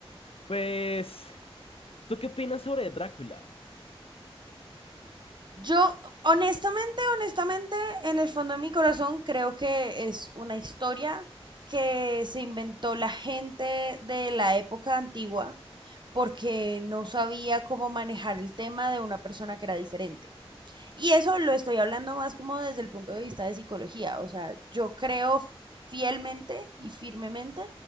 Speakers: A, on the left; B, on the right.
A: Pues, ¿tú qué opinas sobre Drácula?
B: Yo, honestamente, honestamente, en el fondo de mi corazón creo que es una historia que se inventó la gente de la época antigua porque no sabía cómo manejar el tema de una persona que era diferente. Y eso lo estoy hablando más como desde el punto de vista de psicología. O sea, yo creo fielmente y firmemente